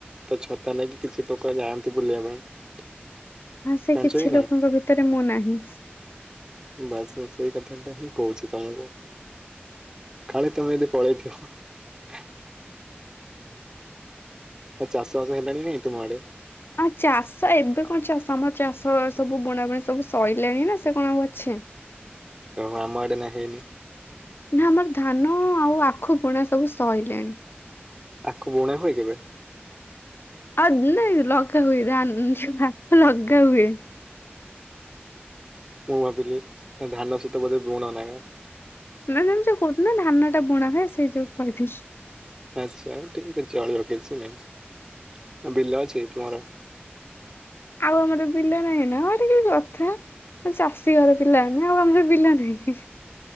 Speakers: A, on the right (about 15°); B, on the left (about 65°).
A: ତ ଛତା ନେଇକି କିଛି ଟୋକ ଯାଆନ୍ତି ବୁଲିବା ପାଇଁ।
B: ହଁ ସେ
A: ଜାଣିଛ
B: କିଛି
A: କି ନାଇଁ?
B: ଲୋକଙ୍କ ଭିତରେ ମୁଁ ନାହିଁ।
A: ବାସ ମୁଁ ସେଇ କଥାଟା ହିଁ କହୁଛି ତମକୁ। କାଳେ ତମେ ଯଦି ପଳେଇଥିଅ। ଆଉ ଚାଷ ବାସ ହେଲାଣି ନାଇଁ ତୁମ ଆଡେ?
B: ଆଉ ଚାଷ ଏବେ କଣ ଚାଷ ଆମର ଚାଷ ସବୁ ବୁଣାବୁଣି ସବୁ ସଇଲାଣି ନା ସେ କଣ ଆଉ ଅଛି। ଏଁ।
A: କ ଆମ ଆଡେ ନା ହେଇନି।
B: ନା ଆମର ଧାନ ଆଉ ଆଖୁ ପଣା ସବୁ ସଇଲାଣି।
A: ଆଖୁ ବୁଣା ହୁଏ କେବେ?
B: ଆଉ ନାଇ ଲଗା ହୁଏ ଧା ଆଖୁ ଲଗା ହୁଏ।
A: ମୁଁ ଭାବିଲି ଧାନ ସହିତ ବୋଧେ ବୁଣ ନା କ।
B: ନା ନା ମୁଁ ସେୟା କହୁଥିଲ ନା ଧାନ ଟା ବୁଣା ହଏ ସେଇ ଯୋଉ କହିଥି।
A: ଆଚ୍ଛା ଠିକ ଅଛି ଚଳିବ କିଛି ନାହିଁ। ଆ ବିଲ ଅଛି ତମର?
B: ଆଉ ଆମର ପିଲା ନାହିଁ ନା ହ ଟି କି କଥା ଚାଷୀ ଘର ପିଲା ଆଉ ଆମ ବିଲ ନାହିଁ।